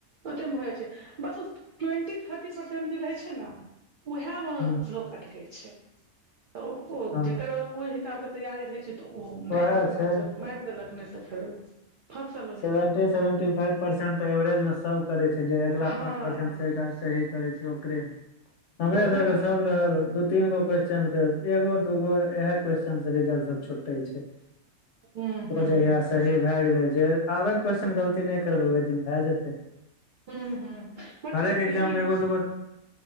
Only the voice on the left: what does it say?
हूं
हँ
ओएह छै
सेवेंटी सेवेंटी फाइव परसेंट तऽ एवरेज मे सब करै छै जे‌ अईगला
पाँच परसेंट स <unintelligible> सही करे छै ओकरे हमर
सबके
सब रहल दु तीन गो क्वेेश्चन के एगो दूगो इएहे क्वेस्न से रिजल्ट सब छुटे छै
ओ जहिया
सही भए गेलै जे आबै तऽ क्वेस्चन गलती नै करबै ओहि दिन भए जेतै
हरेक
एग्जाम
मे एगो दूगो